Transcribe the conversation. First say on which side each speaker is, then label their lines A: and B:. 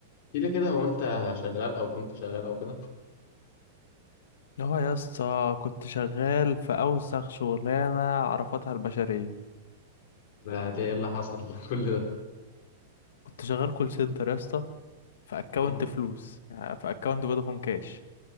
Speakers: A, on the left; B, on the left.
A: احكي لي كده هو انت شغال او كنت شغال او كده
B: هو يا اسطى كنت شغال في اوسخ شغلانه عرفتها البشريه
A: ده ده ايه اللي حصل <laughs> كل ده
B: كنت شغال كول سنتر يا اسطى في اكونت
A: مم.
B: فلوس يعني في اكونت فودافون كاش